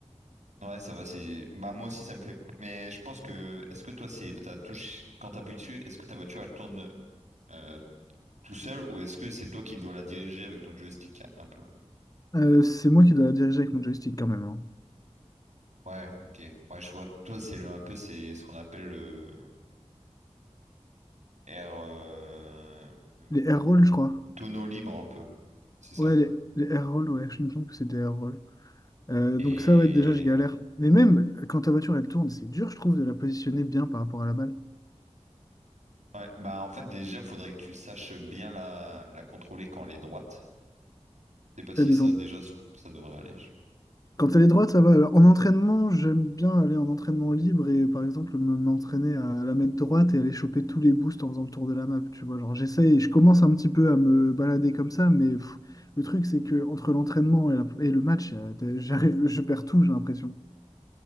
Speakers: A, on the right; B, on the left.
A: Ouais, ça va, c'est... Bah moi aussi, ça me fait... Mais je pense que... Est-ce que toi, c'est ta touche, quand tu appuies dessus, est-ce que ta voiture, elle tourne euh, tout seul ou est-ce que c'est toi qui dois la diriger avec ton joystick un peu?
B: Euh, c'est moi qui dois la diriger avec mon joystick quand même. hein.
A: Ouais, ok. Ouais, je vois. Toi, c'est le un peu, c'est ce qu'on appelle le air, euh, le comment?
B: Les air rolls je crois.
A: Tonneau libre un peu, c'est ça.
B: Ouais, les, les air rolls, ouais, je me semble que c'était air roll Euh,
A: Et
B: donc ça ouais déjà je galère.
A: ouais.
B: Mais même quand ta voiture elle tourne, c'est dur je trouve de la positionner bien par rapport à la balle.
A: Ouais, bah en fait déjà faudrait que tu saches bien la, la contrôler quand elle est droite. Je sais pas si
B: T'as des,
A: ça
B: en-
A: déjà c- ça devrait aller. je-
B: Quand elle est droite, ça va. Alors, en entraînement, j'aime bien aller en entraînement libre et par exemple me- m'entraîner à la mettre droite et aller choper tous les boosts en faisant le tour de la map. Tu vois, genre j'essaye, je commence un petit peu à me balader comme ça, mais pff, le truc c'est que entre l'entraînement et, la- et le match, euh, t'as- j'arrive, je perds tout, j'ai l'impression.